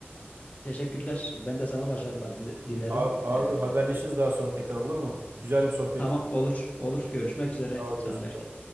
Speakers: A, on the left; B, on the right.
A: Teşekkürler. Ben de sana başarılar dile- dilerim.
B: Abi, abi
A: E,
B: haberleşiriz daha sonra tekrar olur mu? Güzel bir sohbet.
A: Tamam olur olur. Görüşmek üzere
B: Sağ ol görüşürüz.
A: Canberk.
B: abi.